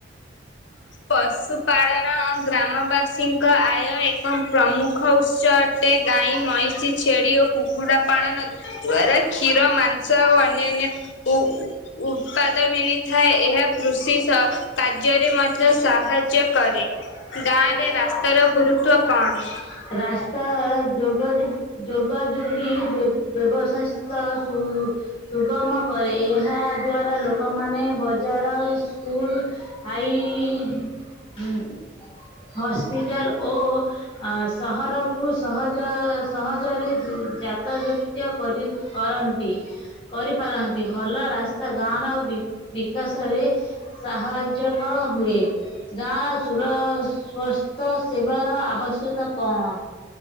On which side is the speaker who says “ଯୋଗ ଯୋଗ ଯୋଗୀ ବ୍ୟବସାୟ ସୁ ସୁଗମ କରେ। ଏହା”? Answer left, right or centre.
Left